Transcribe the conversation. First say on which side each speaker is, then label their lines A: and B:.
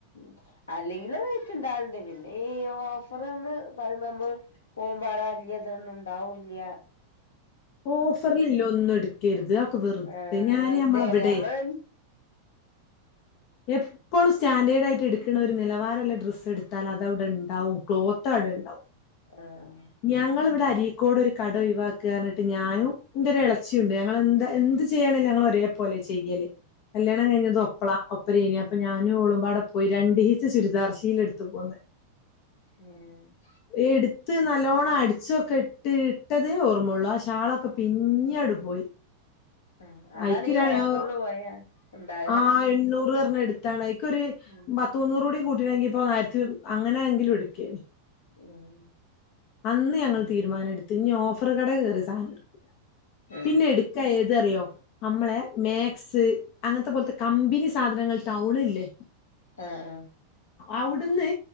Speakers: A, on the left; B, on the left.
A: ഉ അല്ലെങ്കിൽറൈറ്റ് ഇണ്ടാവലുണ്ട് പിന്നെ ഈ ഓഫർന്ന് പറമ്പോ നമ്മള് പോകുമ്പാട വല്യതൊന്നും ഇണ്ടാവൂല്ല
B: ഓഫറില് ള്ള തൊന്നും എടുക്കരുത് അഹ് വെർദെ
A: ആഹ്
B: ഞാന
A: വെറുതെയാണ്
B: നമ്മളെവിടെ
A: നമ്മള്
B: എപ്പളും സ്റ്റാൻഡേർഡ് ആയിട്ട് എടുക്കണ ഒരു നിലവാരള്ള ഡ്രസ്സ് എടുത്താൽ അത് അവിടെ ഉണ്ടാവും ക്ലോത്ത് അവിടെ ഉണ്ടാവും
A: ആഹ്
B: ഞങ്ങളിവിടെ അരീക്കോട്
A: ഉം
B: ഒരു കട ഒഴിവാക്ക പർ ഞാനും ന്റെ ഒരു ഇളച്ചിയുണ്ട് ഞങ്ങ എന്താ എന്ത് ചെയ്യാണേലും ഞങ്ങള് ഒരേ പോലെ ചെയ്യല് കല്യാണം കഴിഞ്ഞതോ അപ്പളാ ഒപ്പരേനനി അപ്പൊ ഞാനും ഓളമ്പാടെ പോയി രണ്ടീച്ച ചുരിദാർശില ടുത്ത് പോന്ന്
A: ഉം
B: എടുത്ത് നല്ലോണ്ണം അടിച്ചൊക്കെ ഇട്ട ഇട്ടതേ ഓർമ്മയുള്ളു ആ ഷീ ഷാളൊക്കെ പിഞ്ഞി ആണ്ടു പോയി
A: ആഹ് അതാണ്
B: അയിക്ക്
A: ഈ
B: രാ
A: ഓഫറില്
B: ഹ്
A: പോയാ ഉണ്ടാക
B: ആ എണ്ണൂറ് പറഞ്ഞ് എടുത്താണ് ഐക്കൊരു
A: ഉം
B: പ ത്ത് മൂന്നൂറ് കൂടി കൂട്ടിയിരുനെങ്കിൽ ഇപ്പോ ആയിരത്തി അങ്ങനെങ്കിലും എടുക്കേനി
A: ഉം
B: അന്ന് ഞങ്ങൾ തീരുമാനം എടുത്തു ഇനി ഓഫറ് കടയിൽ കയറി സാധനം എടുക്കൂല്ല
A: ഉം
B: പിന്നെ എടുക്കാ ഏതറിയോ നമ്മളെ മാക്സ് അങ്ങനത്തെ പോലത്തെ കമ്പനി സാധനങ്ങൾ ടൗണില്ലേ
A: ആഹ് ആഹ്
B: അവിടുന്ന്